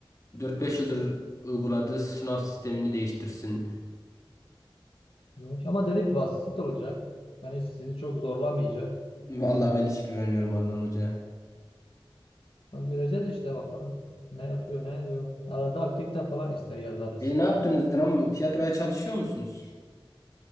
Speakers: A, on the left (about 35°); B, on the left (about 70°).
A: dört beş yıldır uyguladığı sınav sistemini değiştirsin?
B: Evet, Ama dedi basit olacak. Yani sizi çok zorlamayacak.
A: Vallahi ben hiç güvenmiyorum Adnan Hoca'ya.
B: Bak göreceğiz işte bakalım. Ne yapıyor ne diyor. Arada aktivite falan ister yazarız.
A: E ne yaptınız? Dram, tiyatroya çalışıyor musunuz?